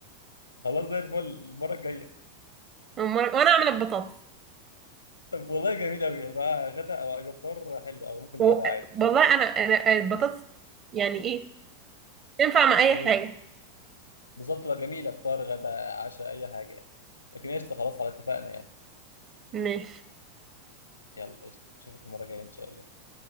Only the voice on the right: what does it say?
وأما- وانا اعمل البطاطس
و-
والله انا انا البطاطس يعني ايه تنفع مع اي
حاجه
ماشي